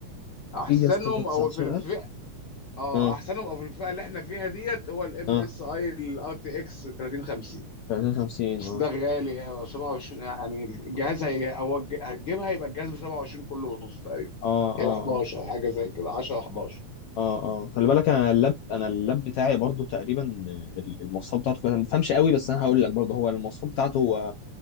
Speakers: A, on the left (about 60°); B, on the left (about 85°).
A: احسنهم
B: ايه يا اسطى ده 19000
A: او في الفئه اه
B: اه
A: احسنهم او في الفئه اللي احنا فيها ديت هو الام
B: اه
A: اس اي الار تي اكس 3050
B: 30 50
A: بس
B: اه
A: ده غالي أوي 27 يعني الجهاز هي هو الج- هتجيبها يبقى الجهاز ب 27 كله ونص تقريبا
B: اه
A: يبقى
B: اه
A: 11
B: اه.
A: او حاجه زي كده 10 11
B: اه اه خلي بالك انا اللاب انا اللاب بتاعي برضو تقريبا ال- المواصفات بتاعته كويسه انا ما بفهمش قوي بس انا هقول لك برضو هو المواصفات بتاعته هو